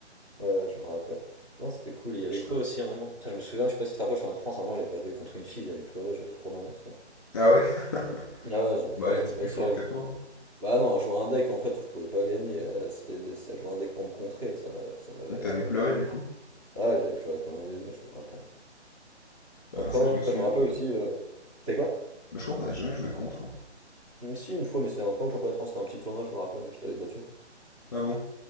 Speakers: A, on the right; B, on the left.
A: ouais, je me rappelle. Non, c'était cool. Et il y avait
B: Je sais
A: quoi
B: pas.
A: aussi à un moment? Putain, je me souviens, je sais pas si tu te rappelles, je suis en France, à un moment, j'avais pas vu contre une fille, j'avais pleuré, j'avais trop la honte.
B: Ah ouais? <laughs>
A: Ah ouais, j'avais trop
B: Bah elle
A: la
B: était
A: honte
B: plus
A: aussi
B: forte
A: à
B: que
A: jouer.
B: toi. hein.
A: Bah non, à jouer un deck en fait où je pouvais pas gagner, euh, c'était de... c'est à jouer un deck pour me contrer, ça m'a- ça m'avait
B: Donc T'avais
A: ça m'avait
B: pleuré
A: énervé.
B: du coup?
A: Ah, ouais, j'avais plus avec un bébé je me rappelle.
B: Ah
A: Après,
B: non, ça
A: moi,
B: je me souviens
A: je me rappelle
B: pas.
A: aussi. Euh... T'es quoi?
B: Bah je crois qu'on a jamais joué contre. hein.
A: Hum, Si, une fois, mais c'était un pas au championnat de France, c'était un petit tournoi, je me rappelle, mais je t'avais battu.
B: Ah bon?